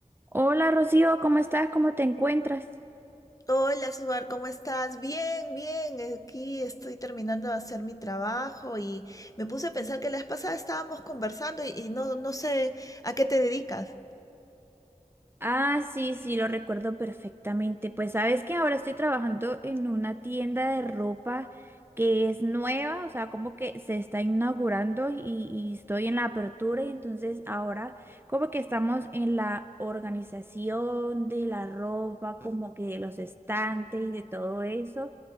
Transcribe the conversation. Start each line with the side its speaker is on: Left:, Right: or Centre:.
Right: Hola Rocío, ¿cómo estás? ¿Cómo te encuentras?
Left: Hola, Suar, ¿cómo estás? Bien, bien. Aquí estoy terminando de hacer mi trabajo y me puse a pensar que la vez pasada estábamos conversando y, y no, no sé a qué te dedicas.
Right: Ah, sí, sí, lo recuerdo perfectamente. Pues sabes que ahora estoy trabajando en una tienda de ropa que es nueva, o sea, como que se está inaugurando y, y estoy en la apertura y entonces ahora como que estamos en la organización de la ropa, como que de los estantes y de todo eso.